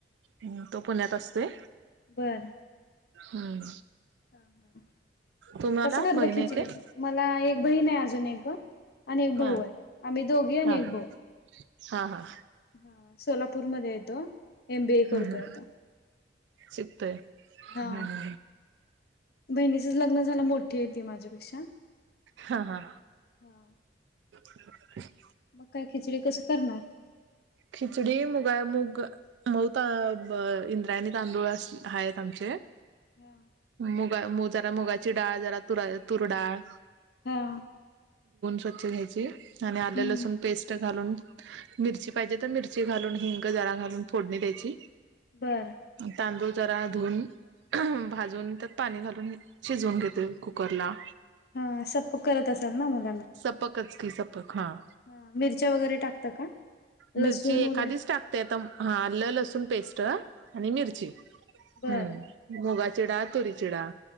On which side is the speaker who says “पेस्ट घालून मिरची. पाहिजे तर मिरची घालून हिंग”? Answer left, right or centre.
Right